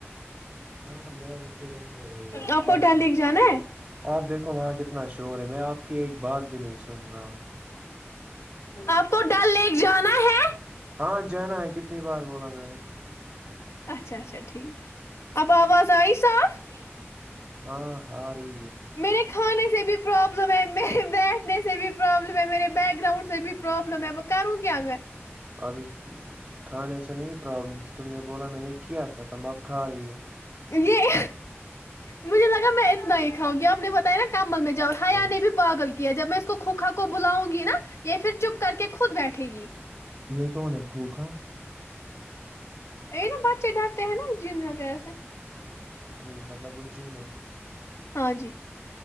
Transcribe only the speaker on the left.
آپ
کو ڈل لیک جانا ہے
آپ کو ڈل لیک جانا ہے <unintelligible>
اچھا اچھا ٹھیک آپ آواز آئیے صاف <unintelligible>
میرے کھانے سے بھی پرابلم ہے میر بیٹھنے سے بھی پرابلم ہے میرے بیک گراؤنڈ سے بھی پرابلم ہے ب کروں کیا میں <unintelligible>
یہ مجھے لگا میں اتنا ہی کھاؤں گی آپ نے بتایا نا <unintelligible> امل میں جا ہیا
نے بھی پاگل کیا جب میں اس کو کوکھا کو کو بلاؤں گی نا یہ پھر چپ کر کے خود بیٹھے گی <unintelligible>
یہ نا بچے ڈرتے ہیں نا جن وگیر ہ سے <unintelligible>
ہاں جی <unintelligible>